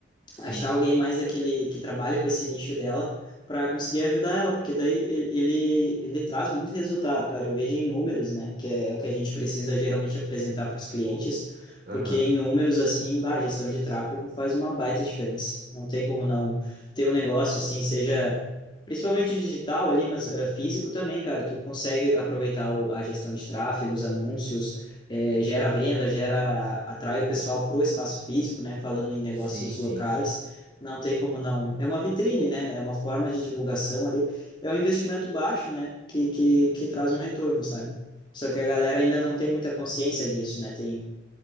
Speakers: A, on the right; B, on the left.
A: Sim.
B: achar alguém mais daquele que trabalha com esse nicho dela para conseguir ajudar ela, porque daí ele, ele, ele traz muito resultado, cara. Eu vejo em números, né, que é o que a gente precisa geralmente apresentar para os clientes,
A: Aham.
B: porque em números, assim, bah, a gestão de tráfego faz uma baita diferença. Não tem como não ter um negócio assim, seja. Principalmente digital ali, mas eh, físico também, cara. Tu consegue aproveitar o- a gestão de tráfego, os anúncios, é, gera venda, gera, atrai o pessoal para o espaço físico, né? Falando em negócios
A: Sim,
B: locais,
A: sim.
B: não tem como não. É uma vitrine, né? É uma forma de divulgação ali. É um investimento baixo, né? Que, que, que traz um retorno, sabe? Só que a galera ainda não tem muita consciência disso, né? Tem